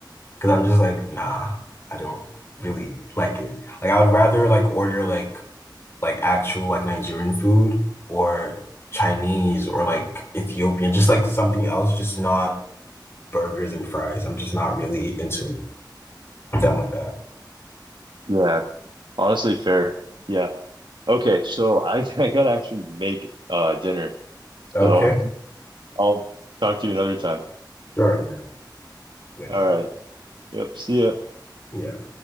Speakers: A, on the left (about 35°); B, on the right (about 80°).
A: because I'm just like, nah, I don't really like it. Like I would rather like order like like actual like Nigerian food or Chinese or like Ethiopian, just like something else, just not burgers and fries. I'm just not really into them like that.
B: Yeah, honestly, fair. Yeah. Okay, so I <laughs> I gotta actually make uh dinner.
A: Okay.
B: So <laughs> I'll talk to you another time.
A: All right, man. Later.
B: All right. Yep. See ya.
A: Yeah.